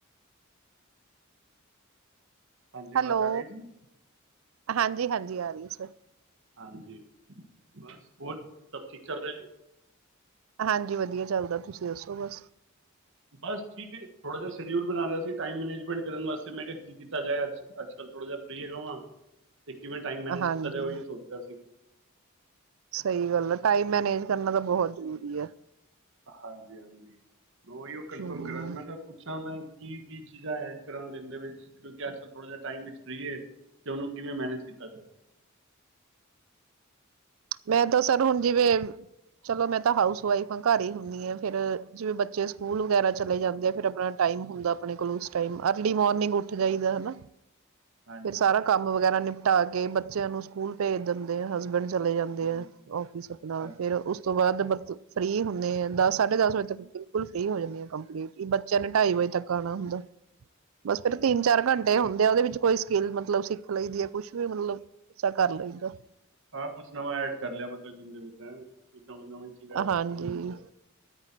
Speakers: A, on the right; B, on the right.
A: ਹਾਂਜੀ। ਆਵਾਜ਼
B: ਹੈਲੋ
A: ਆ ਰਹੀ ਹੈ ਜੀ।
B: ਹਾਂਜੀ, ਹਾਂਜੀ। ਆ ਰਹੀ ਸੀ।
A: ਹਾਂਜੀ। ਬਸ ਹੋਰ ਸਭ ਠੀਕ ਚੱਲ ਰਿਹਾ ਜੀ।
B: ਹਾਂਜੀ। ਵਧੀਆ ਚੱਲਦਾ ਤੁਸੀਂ ਦੱਸੋ ਬਸ।
A: ਬਸ ਠੀਕ ਹੈ, ਥੋੜਾ ਜਿਹਾ ਸ਼ਡਿਊਲ ਬਣਾ ਰਿਹਾ ਸੀ, ਟਾਈਮ ਮੈਨੇਜਮੈਂਟ ਕਰਨ ਵਾਸਤੇ, ਮੈਂ ਕਿਹਾ ਕੀ ਕੀਤਾ ਜਾਏ ਅੱਜ- ਕੱਲ੍ਹ ਥੋੜ੍ਹਾ ਜਿਹਾ ਫ੍ਰਰੀ ਹੈਗਾ ਵਾਂ। ਤੇ ਕਿਵੇਂ ਟਾਈਮ ਮੈਨੇਜ
B: ਹਾਂਜੀ।
A: ਕੀਤਾ ਜਾਏ ਉਹ ਇਹ ਸੋਚ ਰਿਹਾ ਸੀ
B: ਸਹੀ ਗੱਲ ਆ। ਟਾਈਮ ਮੈਨੇਜ ਕਰਨਾ ਤਾਂ ਬਹੁਤ ਜ਼ਰੂਰੀ ਹੈ।
A: ਹਾਂਜੀ, ਹਾਂਜੀ। ਉਹੀ ਉਹ ਕਨਫਰਮ
B: ਹਮ
A: ਕਰਾਂ ਮੈਂ ਕਿਹਾ ਪੁੱਛਾਂ ਮੈਂ ਕੀ, ਕੀ ਚੀਜ਼ਾਂ ਐਡ ਕਰਾਂ ਦਿਨ ਦੇ ਵਿੱਚ। ਕਿਉਂਕਿ ਅਸਲ ਥੋੜਾ ਜਿਹਾ ਟਾਈਮ ਵਿੱਚ ਫਰੀ ਏ। ਅਤੇ ਉਹਨੂੰ ਕਿਵੇਂ ਮੈਨੇਜ ਕੀਤਾ ਜਾਏ।
B: ਮੈਂ ਤਾਂ ਸਰ ਹੁਣ ਜਿਵੇਂ ਚਲੋ ਮੈਂ ਤਾਂ ਹਾਊਸ ਵਾਈਫ ਹਾਂ ਘਰ ਹੀ ਹੁੰਦੀ ਹਾਂ ਫੇਰ। ਜਿਵੇਂ
A: ਹਾਂਜੀ
B: ਬੱਚੇ ਸਕੂਲ ਵਗੈਰਾ ਚਲੇ ਜਾਂਦੇ ਫੇਰ ਆਪਣਾ ਟਾਈਮ ਹੁੰਦਾ ਆਪਣੇ ਕੋਲ ਉਸ ਟਾਈਮ ਅਰਲੀ ਮੋਰਨਿੰਗ ਉਠ ਜਾਈਦਾ। ਫਿਰ
A: ਹਾਂਜੀ
B: ਸਾਰਾ ਕੰਮ ਵਗੈਰਾ ਨਿਪ ਟਾ ਕੇ ਬੱਚਿਆਂ ਨੂੰ ਸਕੂਲ ਭੇਜ ਦਿੰਦੇ ਆ ਹਸਬੈਂਡ ਚਲੇ ਜਾਂਦੇ ਦੇ
A: ਹਮ,
B: ਆ ਆਫਿਸ ਆਪਣਾ
A: ਹਾਂਜੀ
B: ਫੇਰ
A: ਹਾਂਜੀ
B: ਉਸ ਤੋਂ ਬਾਅਦ ਫ੍ਰਰੀ ਹੁੰਦੇ ਆ ਦਸ ਸਾਢੇ ਦਸ ਵਜੇ ਤੱਕ ਬਿਲਕੁਲ ਫ੍ਰਰੀ ਹੋ ਜਾਂਦੀ ਆ ਕੰਪਲੀਟ ਵੀ ਬੱਚਿਆਂ ਨੇ ਢਾਈ
A: ਹਾਂਜੀ
B: ਵਜੇ ਤੱਕ ਆਉਣਾ ਹੁੰਦਾ ਬਸ ਫੇਰ
A: ਹਾਂਜੀ
B: ਤਿੰਨ ਚਾਰ ਘੰਟੇ ਹੁੰਦੇ ਉਹਦੇ ਵਿੱਚ ਕੋਈ ਸਕਿੱਲ ਮਤਲਬ ਸਿੱਖ ਲਈਦੀ ਹੈ ਕੁਛ ਵੀ ਮਤਲਬ ਅਛਾ ਕਰ ਲਈਦਾ
A: ਹਾਂ ਕੁਛ ਨਵਾਂ ਐਡ ਕਰ ਲਿਆ ਮਤਲਬ ਦਿਨ ਦੇ ਵਿੱਚ ਹੈ ਬਈ ਨਵੀਂ ਨਵੀਂ ਚੀਜ਼ ਐਂਡ
B: ਹਾਂਜੀ
A: ਸਿੱਖਣ ਨੂੰ ਮਿਲਦਾ